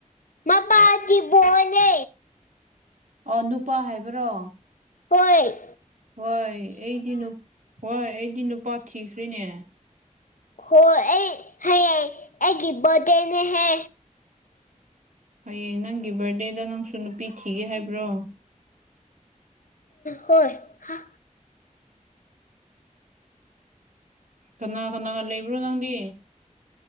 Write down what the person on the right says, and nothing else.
ꯑꯣ ꯅꯨꯄꯥ ꯍꯥꯏꯕ꯭ꯔꯣ
ꯍꯣꯏ ꯑꯩꯗꯤ ꯑꯁꯤꯒꯤ ꯍꯣꯏ ꯑꯩꯗꯤ ꯅꯨꯄꯥ ꯊꯤꯈ꯭ꯔꯤꯅꯦ
ꯍꯌꯦꯡ ꯅꯪꯒꯤ ꯕꯥꯔꯗꯦꯗ ꯅꯪꯁꯨ ꯅꯨꯄꯤ ꯊꯤꯒꯦ ꯍꯥꯏꯕ꯭ꯔꯣ
ꯀꯅꯥ ꯀꯅꯥ ꯂꯩꯕ꯭ꯔꯣ ꯅꯪꯗꯤ